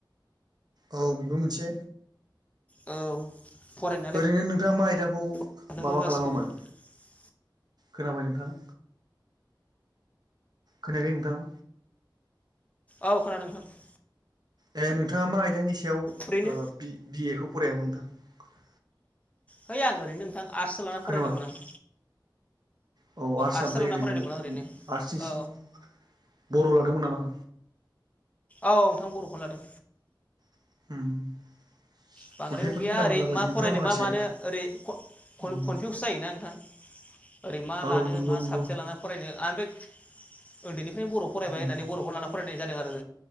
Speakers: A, on the right (about 55°); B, on the left (about 15°).
A: औ बेबो मोनसे
B: औ फरायनायालाय
A: ओरैनो नोंथाङा मा आयदाखौ।
B: <inaudible>
A: माबा खालामामोन खोनाबाय नोंथां। खोनायाखै नोंथां।
B: औ खोनादोंं।
A: ए नोंथाङा मा आयदानि सायाव
B: ओरैनो
A: बिए खौ फरायामोन नोंथां।
B: हैइ आं ओरैनो नोंथां आर्ट्सो लानानानै फरायदोंमोन
A: खोनाबाय
B: आं।
A: औ आर्ट्स
B: आर्टसो
A: ओमफ्राय
B: लाना
A: ओरैनो
B: फरायदोंमोन आं ओरैनो
A: आर्ट्सनि
B: औ
A: सिङाव बर' लादोंमोन नामा।
B: औ नोंथां बर'खौ लादों।
A: <inaudible>
B: बांद्रायाव
A: खन्थाइफोरनि
B: गैया
A: नाम
B: ओरै
A: मोनलाबायदों
B: मा
A: नोंथाङा
B: फरायनो
A: माखासे
B: मा मानो ओरै कनफिउस
A: उम
B: जायोना नोंथां। ओरै मा
A: औ
B: लानो
A: नंगौ
B: मा
A: नंगौ
B: साबजेक्ट लानानै फरायनो आं बे उन्दैनिफ्रायनो बर' फरायबाय
A: उम
B: होननानै बर'खौनो लाना फरायनाय जादों आरो।